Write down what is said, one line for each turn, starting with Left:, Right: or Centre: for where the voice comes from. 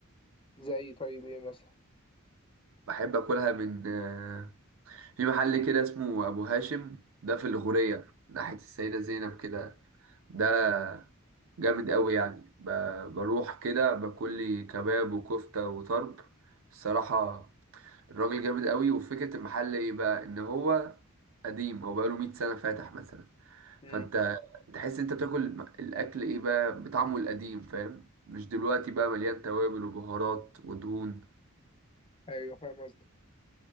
Left: زي طيب ايه مثلا
Right: بحب اكلها من آه، في محل كده اسمه ابو هاشم ده في الغورية ناحية السيدة زينب كده ده جامد قوي يعني ب- بروح كده باكل لي كباب وكفتة وطرب الصراحة الراجل جامد قوي وفكرة المحل ايه بقى ان هو قديم هو بقاله 100 سنة فاتح مثلا
Left: امم
Right: فانت تحس انت بتاكل م- الاكل ايه بقى بطعمه القديم فاهم مش دلوقتي بقى مليان توابل وبهارات ودهون
Left: ايوه فاهم قصدك